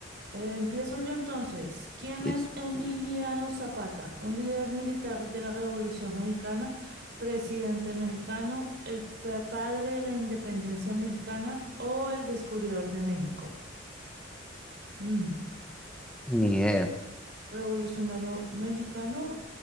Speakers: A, on the right; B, in the centre.
A: Eh, empiezo yo entonces. ¿Quién
B: Listo.
A: es Emiliano Zapata? Un líder militar de la Revolución Mexicana, presidente mexicano, el pa- padre de la independencia mexicana o el descubridor de México. Mm,
B: Ni idea.
A: ¿Revolucionario mexicano